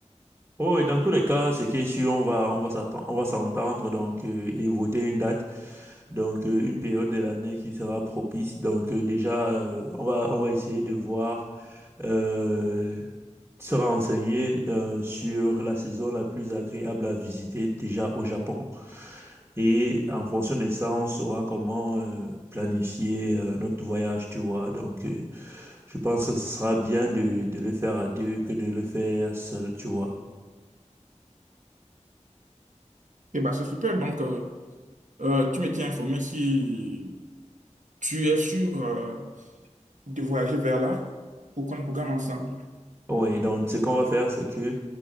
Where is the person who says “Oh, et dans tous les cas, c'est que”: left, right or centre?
Right